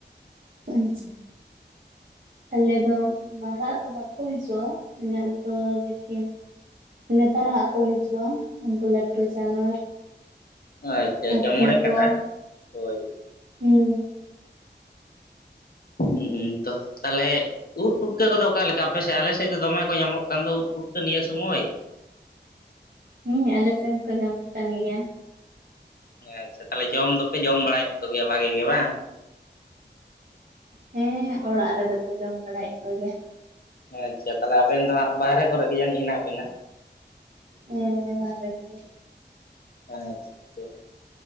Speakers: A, on the right; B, on the left.
A: ᱦᱮᱸ ᱟᱪᱪᱷᱟ ᱟᱞᱮ ᱫᱚ ᱢᱟᱨᱟᱜ ᱫᱚ ᱵᱟᱠᱚ <unintelligible> ᱤᱱᱟᱹᱜ ᱫᱚ ᱞᱮᱠᱤᱱ ᱱᱮᱛᱟᱨ ᱦᱟᱜ ᱠᱚ ᱦᱤᱡᱩᱜᱼᱟ ᱩᱱᱠᱩ ᱞᱟᱹᱴᱩ ᱡᱟᱱᱣᱟᱨ
B: ᱟᱪᱪᱷᱟ
A: ᱦᱟᱹᱛᱤ
B: ᱟᱪᱪᱷᱟ ᱢᱚᱲᱮ
A: ᱠᱚ
B: ᱠᱟᱴᱟ ᱦᱳᱭ
A: ᱦᱩᱸ
B: ᱦᱮᱸ ᱩᱸ ᱛᱚ ᱛᱟᱦᱞᱮ ᱩᱫ ᱯᱩᱴᱠᱟᱹ ᱠᱚᱫᱚ ᱚᱠᱟ ᱞᱮᱠᱟ ᱟᱯᱮᱥᱮᱫ ᱟᱞᱮ ᱥᱮᱫ ᱫᱚ ᱫᱚᱢᱮ ᱠᱚ ᱧᱟᱢᱚᱜ ᱠᱟᱱ ᱫᱚ ᱩᱫ ᱯᱩᱴᱠᱟᱹ ᱱᱤᱭᱟᱹ ᱥᱚᱢᱚᱭ
A: ᱦᱮᱸ ᱟᱞᱮ ᱥᱮᱫ ᱦᱚᱸᱠᱚ ᱧᱟᱢᱚᱜ ᱠᱟᱱ ᱜᱮᱭᱟ᱾
B: ᱟᱪᱷᱟ ᱛᱟᱦᱚᱞᱮ ᱡᱚᱢ ᱫᱚᱯᱮ ᱡᱚᱢ ᱵᱟᱲᱟᱭᱮᱫ ᱠᱚᱜᱮᱭᱟ ᱵᱷᱟᱜᱤ ᱜᱮ ᱵᱟᱝ?
A: ᱦᱮᱸ ᱚᱲᱟᱜ ᱨᱮᱫᱚ ᱠᱚ ᱡᱚᱢ ᱵᱟᱲᱟᱭᱮᱫ ᱠ ᱚᱜᱮᱭᱟ᱾
B: ᱦᱮᱸ ᱟᱪᱪᱷᱟ ᱛᱟᱦᱚᱞᱮ ᱟᱵᱮᱱ ᱫᱚ ᱦᱟᱸᱜ ᱵᱟᱦᱮᱨᱮ ᱠᱚᱨᱮ ᱜᱮ ᱡᱟᱹᱱᱤᱡ ᱦᱮᱱᱟᱜ ᱵᱮᱤᱱᱟ?
A: ᱦᱮᱸ ᱦᱮᱸ ᱵᱟᱨᱦᱮ ᱨᱮᱜᱮ᱾
B: ᱟᱪᱪᱷᱟ